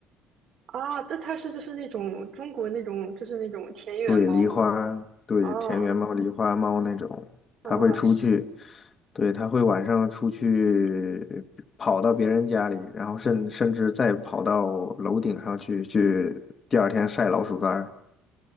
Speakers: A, on the right (about 55°); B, on the left (about 30°).
A: 啊？这它是就是那种中国那种就是那种田园猫吗？
B: 对狸花，对田园猫、
A: 哦
B: 狸花猫那种，
A: 哦是
B: 它会出去，对，它会晚上出去跑到别人家里，然后甚甚至再跑到楼顶上去去，第二天晒老鼠干儿。